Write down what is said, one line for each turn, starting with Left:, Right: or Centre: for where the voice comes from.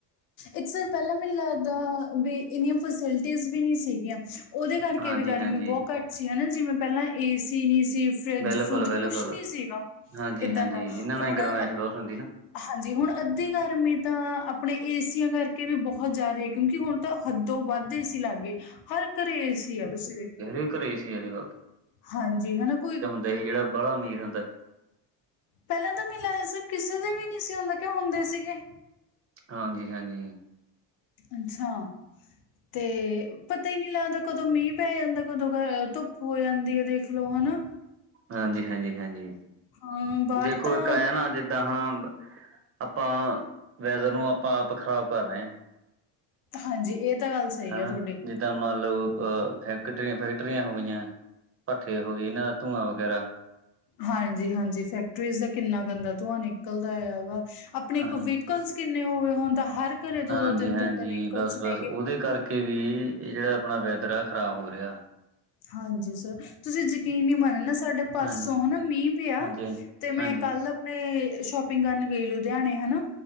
Left: ਇੱਕ ਸਰ ਪਹਿਲਾਂ ਮੈਨੂੰ ਲੱਗਦਾ ਬੀ ਇੰਨੀਆਂ ਫੈਸਲਟੀਜੀਵ ਨੀ ਸੀਗੀਆਂ। ਉਹਦੇ ਕਰਕੇ
Right: ਹਾਂਜੀ-ਹਾਂਜੀ
Left: ਵੀ ਗਰਮੀ ਬਹੁਤ ਘੱਟ ਸੀ ਹਨਾਂ, ਜਿਵੇਂ ਪਹਿਲਾਂ ਏ ਸੀ ਨਹੀਂ ਸੀ ਫਰਿੱਜ
Right: ਬਿਲਕੁਲ-ਬਿਲਕੁਲ
Left: -ਫਰੂਜ ਕੁਛ ਨੀ ਸੀਗਾ
Right: ਹਾਂਜੀ-ਹਾਂਜੀ
Left: ਏਦਾਂ ਦਾ,
Right: ਇਹਨਾਂ ਨਾਲ
Left: ਹੁਣ
Right: ਹੀ ਗਰਮਾਇਸ਼ ਬਹੁਤ ਹੁੰਦੀ ਨਾ।
Left: ਹਾਂਜੀ, ਹੁਣ ਅੱਧੀ ਗਰਮੀ ਤਾਂ, ਆਪਣੇ ਏਸੀਆਂ ਕਰਕੇ ਵੀ ਬਹੁਤ ਜਿਆਦੇ ਕਿੳਕਿ ਹੁਣ ਤਾਂ ਹੱਦੋਂ ਵੱਧ ਏ ਸੀ ਲੱਗ ਗੇ, ਹਰ ਘਰੇ ਏ ਸੀ ਆ ਤੁਸੀਂ ਦੇਖੋ।
Right: ਦੇ ਘਰੇ ਏ ਸੀ ਅੱਜ - ਕਲ।
Left: ਹਾਂਜੀ ਹਨਾ, ਕੋਈ
Right: ਤੇ ਜੇੜਾ ਬਾਹਲਾ ਅਮੀਰ ਹੁੰਦਾ
Left: ਪਹਿਲਾਂ ਤਾਂ ਮੈਨੂੰ ਲਗਦਾ ਸੀ ਕਿਸੇ ਦੇ ਵੀ ਨਹੀਂ ਸੀ ਹੁੰਦਾ, ਕਿਉ ਹੁੰਦੇ ਸੀਗੇ।
Right: ਹਾਂਜੀ -ਹਾਂਜੀ।
Left: ਅੱਛਾ ਤੇ ਪਤਾ ਈ ਨੀ ਲੱਗਦਾ ਕਦੋਂ ਮੀਂਹ ਪੈ ਜਾਂਦਾ, ਕਦੋਂ ਗ ਧੁੱਪ ਹੋ ਜਾਂਦੀ ਐ ਦੇਖਲੋ ਹਨਾ।
Right: ਹਾਂਜੀ-ਹਾਂਜੀ, ਹਾਂਜੀ
Left: ਹਾਂ ਬਾਹਰ
Right: ਦੇੇਖੋ
Left: ਤਾਂ
Right: ਇੱਕ ਐ ਨਾ ਜਿੱਦਾਂ ਹੁਣ ਆਪਾਂ ਵੈਦਰ ਨੂੰ ਆਪਾਂ ਆਪ ਖ਼ਰਾਬ ਕਰ ਰਹੇ ਆ।
Left: ਹਾਂਜੀ ਇਹ ਤਾਂ ਗੱਲ ਸਹੀ
Right: ਹਨਾ
Left: ਹੈ ਤੁਹਾਡੀ
Right: ਜਿੱਦਾਂ ਮੰਨ ਲਓ ਅ ਫੈਕਟਰੀ-ਫੈਕਟਰੀਆਂ ਹੋ ਗਈਆਂ। ਭੱਠੇ ਹੋ ਗਏ ਇਹਨਾਂ ਦਾ ਧੂੰਆਂ ਵਗੈਰਾ
Left: ਹਾਂਜੀ-ਹਾਂਜੀ ਫੈਕਟਰੀਜ਼ ਦਾ ਕਿੰਨਾ ਗੰਦਾ ਧੂੰਆਂ ਨਿਕਲਦਾ ਆ ਵਾ ਆਪਣੇ
Right: ਹਾਂ
Left: ਇੱਕ ਵਹੀਕਲਸ ਕਿੰਨੇ ਹੋ ਗਏ ਹੁਣ ਤਾ ਹਰ ਘਰੇ ਦੋ
Right: ਹਾਂਜੀ-ਹਾਂਜੀ,
Left: ਦੋ ਤਿੰਨ ਤਿੰਨ ਤਾਂ ਵਹੀਕਲਸ
Right: ਬੱਸ-ਬੱਸ
Left: ਨੇਗੇ
Right: ਉਹਦੇ ਕਰਕੇ ਵੀ ਇਹ ਜਿਹੜਾ ਆਪਣਾ ਵੈਦਰ ਆ ਖ਼ਰਾਬ ਹੋ ਰਿਹਾ।
Left: ਹਾਂਜੀ ਸਰ, ਤੁਸੀਂ ਯਕੀਨ ਨਈ ਮੰਨ ਨਾ ਸਾਡੇ ਪਰਸੋਂ
Right: ਹਾਂਜੀ
Left: ਹਨਾ ਮੀਂਹ ਪਿਆ।
Right: ਹਾਂਜੀ ਹਾਂਜੀ
Left: ਤੇ
Right: ਹਾਂਜੀ
Left: ਮੈਂ ਕੱਲ ਨੇ ਮੈਂ ਸ਼ੋਪਿੰਗ ਕਰਨ ਗਈ ਲੁਧਿਆਣੇ ਹਨਾ।